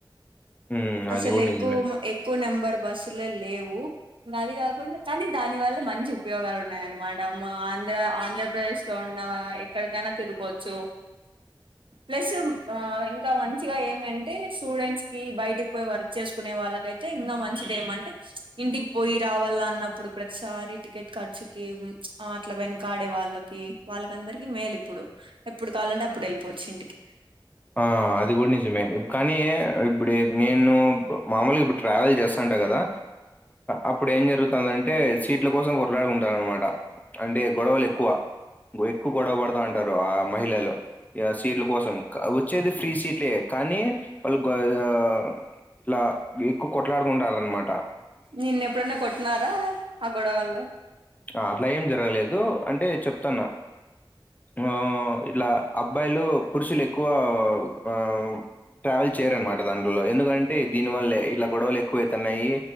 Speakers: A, on the left (about 20°); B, on the right (about 80°).
A: హ్మ్.
B: అసలు
A: అది గూడా
B: ఎక్కు
A: నిజమే.
B: ఎక్కువు నెంబర్ బస్సులే లేవు ఇంగ అది కాకుండా కానీ దాని వల్ల మంచి ఉపయోగాలు ఉన్నాయ అనమాట మా వాన్ ఆంధ్ర ఆంధ్రప్రదేశ్ లో ఉన్నవా ఎక్కడికైనా తిరుకోవచ్చు ప్లస్ ఇంకా మంచిగా ఏమి అంటే స్టూడెంట్స్ కి బయటి పో వర్క్ చేసుకునే వాళ్ళకయితే ఇంకా మంచిది ఏమంటే ఇంటికి పోయి రావాల అన్నప్పుడు ప్రతిసారి ఈ టికెట్ ఖర్చుకి ఆ అట్ల వెనుకాడే వాళ్ళకి వాళ్ళకందరికి మేలు ఇప్పుడు ఎప్పు కాలంటే అప్పుడు వెళ్ళిపోచ్చు ఇంటికి
A: ఆ! అది గూడా నిజమే. కానీ ఇప్పుడు నేను మామూలుగా ఇప్పుడు ట్రావెల్ చేస్తాంటా కదా అప్పుడు ఏం జరుగుతదంటే సీట్ల కోసం కొట్లాడుకుంటారు అనమాట అంటే గొడవలు ఎక్కువ ఎక్కువ గొడవ పడతా అంటారు ఆ మహిళలు ఆ సీట్ల కోసం క వచ్చేది ఫ్రీ సీట్లే కానీ వాళ్ గొ ఆ ఇట్లా ఎక్కువ కొట్లాడుకుంటరు అనమాట
B: నిన్న ఎప్పుడైన కొట్టినార ఆ గొడవల్లో
A: ఆ అట్ల ఏం జరగలేదు అంటే చెప్తన్న ఆ ఇట్ల అబ్బాయిలు పురుషులు ఎక్కువ ఆ ఆ ట్రావెల్ చేయరన్నమాట దండ్రల ఎందుకంటే దీనివల్లే ఇట్ల గొడవలు ఎక్కువైతున్నయి